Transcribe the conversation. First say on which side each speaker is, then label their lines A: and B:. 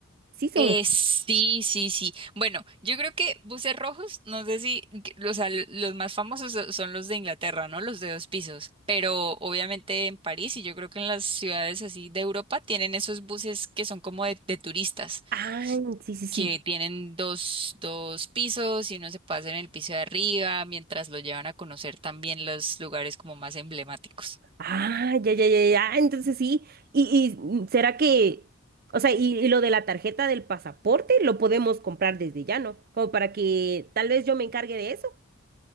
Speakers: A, on the right; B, on the right.
A: Sí son
B: Eh,
A: estos.
B: sí, sí, sí. Bueno, yo creo que buses rojos, no sé si, que- o sea, l- los más famosos so- son los de Inglaterra, ¿no? Los de dos pisos. Pero obviamente en París y yo creo que en las ciudades así de Europa tienen esos buses que son como de, de turistas,
A: Ah, sí, sí, sí.
B: que tienen dos, dos pisos y uno se pasa en el piso de arriba mientras lo llevan a conocer también los lugares como más emblemáticos.
A: Ah, ya, ya, ya, ya. Entonces sí. Y, y mm, ¿será que, o sea, y, y lo de la tarjeta del pasaporte lo podemos comprar desde ya, ¿no? Como para que tal vez yo me encargue de eso.